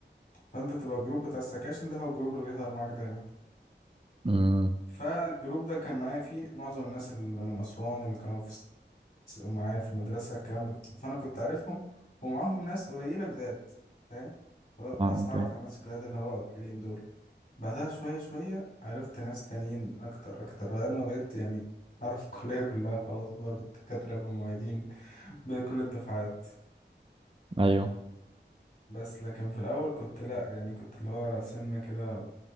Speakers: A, on the left (about 45°); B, on the right (about 30°).
A: فانت بتبقى الجروب بتاع السكاشن ده هو الجروب اللي بيحضر معاك دايما
B: امم
A: فالجروب ده كان معايا فيه معظم الناس اللي من أسوان اللي كانوا في الس- معايا في المدرسة الكلام ده فأنا كنت عارفهم ومعاهم ناس قليلة جداد فاهم فبدأت
B: فاهمك
A: أتعرف
B: أيوة.
A: على الناس الجداد اللي هو قليلين دول بعدها شوية شوية عرفت ناس تانيين أكتر أكتر لغاية ما بقيت يعني أعرف <laughs> الكلية كلها خلاص بقى بالدكاترة بالمعيدين بكل الدفعات
B: ايوه
A: بس لكن في الأول كنت لأ يعني كنت اللي هو سنة كده